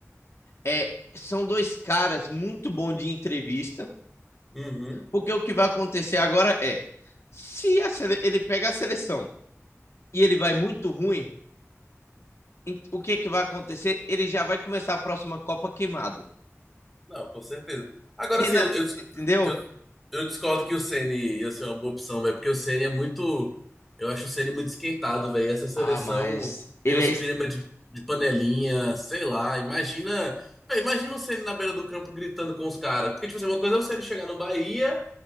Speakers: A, on the left; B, in the centre.
A: é, são dois caras muito bons de entrevista,
B: Uhum.
A: porque o que vai acontecer agora é, se a sele- ele pega a seleção e ele vai muito ruim, em- o que que vai acontecer? Ele já vai começar a próxima Copa queimado.
B: Não, com certeza. Agora,
A: Renan,
B: assim, eu, eu, disc-
A: entendeu?
B: eu, eu discordo que o Ceni ia ser uma boa opção, velho, porque o Ceni é muito. Eu acho o Ceni muito esquentado, velho. Essa seleção
A: Ah, mas ele
B: tem uns
A: é...
B: climas
A: es-
B: de, de panelinha, sei lá. Imagina. Véio, imagina o Ceni na beira do campo gritando com os caras. Porque, tipo assim, uma coisa é o Ceni chegar no Bahia